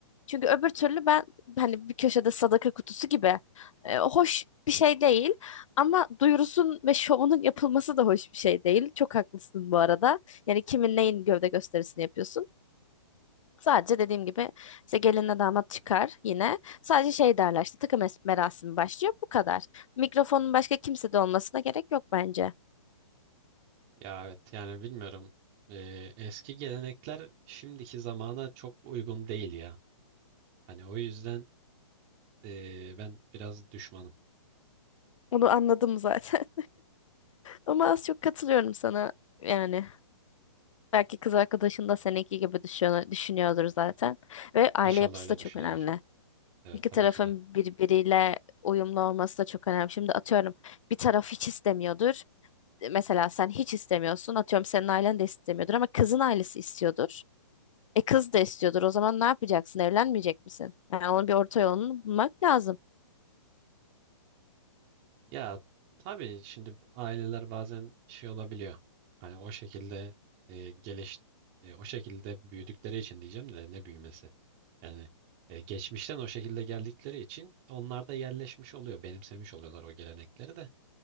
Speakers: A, on the left; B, on the right.
A: Çünkü öbür türlü ben hani bir köşede sadaka kutusu gibi e, hoş bir şey değil. Ama duyurusun ve şovunun yapılması da hoş bir şey değil. Çok haklısın bu arada. Yani kimin neyin gövde gösterisini yapıyorsun? Sadece dediğim gibi işte gelinle damat çıkar yine. Sadece şey derler işte takım es- merasimi başlıyor bu kadar. Mikrofonun başka kimsede olmasına gerek yok bence.
B: Ya evet yani bilmiyorum. E, eski gelenekler şimdiki zamana çok uygun değil ya. Hani o yüzden e, ben biraz düşmanım.
A: Onu anladım zaten. Ama az çok katılıyorum sana yani. Belki kız arkadaşın da seninki gibi düşünüyor, düşünüyordur zaten. Ve aile
B: İnşallah
A: yapısı
B: öyle
A: da çok
B: düşünüyordur.
A: önemli.
B: Evet
A: İki
B: tabii
A: tarafın
B: ki de.
A: birbiriyle uyumlu olması da çok önemli. Şimdi atıyorum bir taraf hiç istemiyordur. Mesela sen hiç istemiyorsun. Atıyorum senin ailen de istemiyordur ama kızın ailesi istiyordur. E kız da istiyordur. O zaman ne yapacaksın? Evlenmeyecek misin? Yani onun bir orta yolunu bulmak lazım.
B: Ya tabii şimdi aileler bazen şey olabiliyor. Hani o şekilde e, geliş e, o şekilde büyüdükleri için diyeceğim de ne büyümesi. Yani e, geçmişten o şekilde geldikleri için onlar da yerleşmiş oluyor, benimsemiş oluyorlar o gelenekleri de.